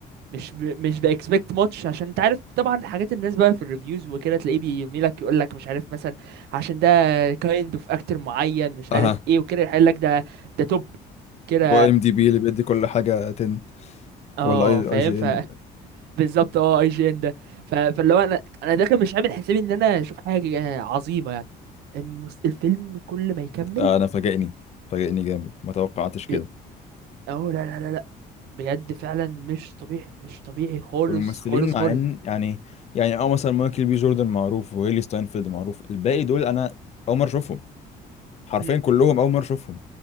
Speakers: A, on the right; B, on the left.
A: مش ب... مش باكسبكت ماتش عشان انت عارف طبعا حاجات الناس بقى في الريفيوز وكده تلاقيه بيرمي لك يقول لك مش عارف مثلا عشان ده كايند اوف اكتر معين مش
B: اها
A: عارف ايه وكده يقول لك ده ده توب كده
B: هو ام دي بي اللي بيدي كل حاجة 10
A: اه
B: ولا اي
A: فاهم
B: اي جي
A: ف
B: ان
A: <laughs> بالظبط اه اي جي ان ده ف... فاللي هو انا انا داخل مش عامل حسابي ان انا اشوف حاجه آه، عظيمه يعني المس... الفيلم كل ما يكمل
B: آه، انا فاجئني فاجئني جامد ما توقعتش كده
A: لا- اه لا لا لا لا بجد فعلا مش طبيعي مش طبيعي خالص
B: والممثلين
A: خالص
B: مع
A: خالص
B: ان يعني يعني اه مثلا مايكل بي جوردن معروف وهيلي ستاينفيلد معروف الباقي دول انا اول مره اشوفهم حرفيا
A: مم.
B: كلهم اول مره اشوفهم